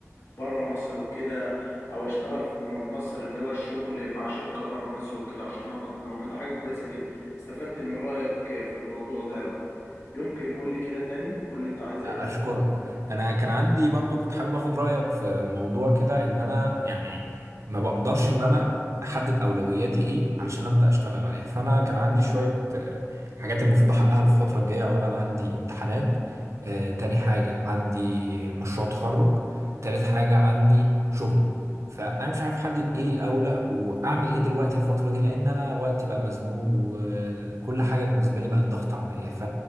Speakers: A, on the left; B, on the right.
A: بره مصر وكده أو أشتغل في م- مصر اللي هو الشغل مع شركة بره مصر وكده عشان أقبض بالعملة ده حاجة كويسة جدا استفدت من رأيك في الموضوع ده أوي يمكن قول لي كده تاني قول لي أنت عايز إيه
B: اشكرك انا كان عندي برضو كنت حابب اخد رايك في موضوع كده ان انا يعني ما بقدرش ان انا احدد اولوياتي ايه علشان ابدا اشتغل عليها فانا كان عندي شويه آه، حاجات المفروض احققها الفتره الجايه اولا عندي امتحانات آه، تاني حاجه عندي مشروع تخرج تالت حاجه عندي شغلي فانا مش عارف احدد ايه الاولى واعمل ايه دلوقتي الفتره دي لان انا وقتي بقى مزنوق وكل حاجه بالنسبه لي بقت ضغط عليا ف